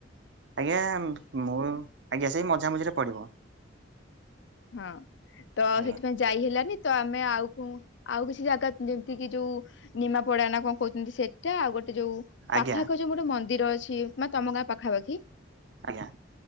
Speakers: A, on the right; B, on the left.
A: ଆଜ୍ଞା ମୁଁ ଆଜ୍ଞା ସେଇ ମଝାମଝିରେ ପଡିବ।
B: ହଁ ତ
A: ଆଜ୍ଞା
B: ହେଥିପାଇଁ ଯାଇ ହେଲାନି ତ ଆମେ ଆଉ କୋଉ ଆଉ କିଛି ଜାଗା ଯେମିତି କିି ଯୋଉ ନିମାପଡା ନା କଣ କହୁଚନ୍ତି ସେଟା ଆଉ ଗୋଟ ସେ ଯୋଉ
A: ଆଜ୍ଞା
B: ପାଖ ଆଖ ଯୋଉ ଗୋଟେ ମନ୍ଦିର ଅଛି ମାନେ ତମ ଗାଁ ପାଖାପାଖି
A: ଆଜ୍ଞା।